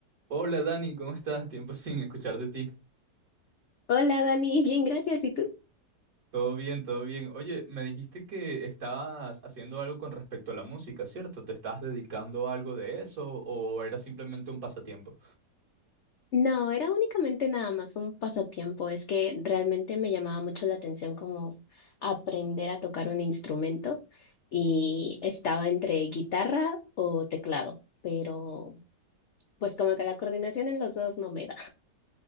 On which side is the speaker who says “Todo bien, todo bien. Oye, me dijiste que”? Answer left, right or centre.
Right